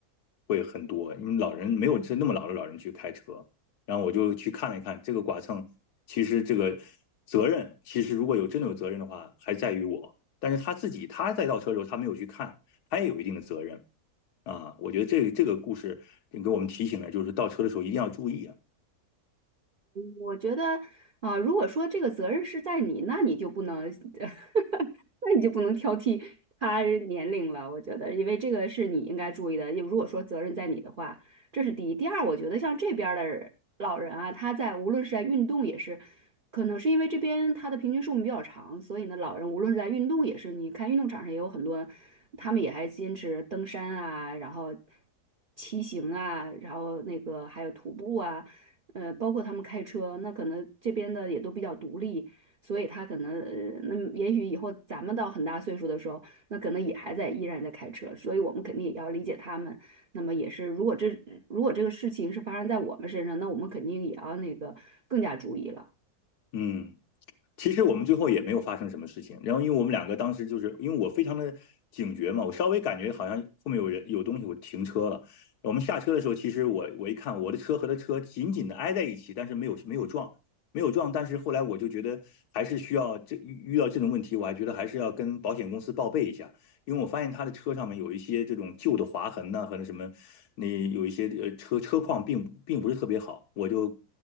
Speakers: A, on the left; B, on the right.
A: 会很多，因为老人没有这那么老的老人去开车，然后我就去看了一看这个剐蹭，其实这个责任其实如果有真的有责任的话，还在于我，但是他自己他在倒车的时候他没有去看，他也有一定的责任啊，我觉得这个这个故事给我们提醒了，就是倒车的时候一定要注意啊。
B: 我觉得，啊、如果说这个责任是在你，那你就不能呃那你就不能挑剔他人年龄了，我觉得，因为这个是你应该注意的。因为如果说责任在你的话，这是第一。第二，我觉得像这边儿的老人啊，他在无论是在运动也是，可能是因为这边他的平均寿命比较长，所以呢，老人无论是在运动也是，你看运动场上也有很多，他们也还坚持登山啊，然后骑行啊，然后那个还有徒步啊，呃，包括他们开车，那可能这边的也都比较独立。所以他可能，呃那么也许以后咱们到很大岁数的时候，那可能也还在依然在开车，所以我们肯定也要理解他们。那么也是，如果这如果这个事情是发生在我们身上，那我们肯定也要那个更加注意了。
A: 嗯，其实我们最后也没有发生什么事情。然后，因为我们两个当时就是因为我非常的警觉嘛，我稍微感觉好像后面有人有东西，我停车了。我们下车的时候，其实我我一看，我的车和他车紧紧的挨在一起，但是没有没有撞，没有撞。但是后来我就觉得还是需要这遇遇到这种问题，我还觉得还是要跟保险公司报备一下。因为我发现他的车上面有一些这种旧的划痕呐、和那什么，那有一些呃车车况并并不是特别好，我就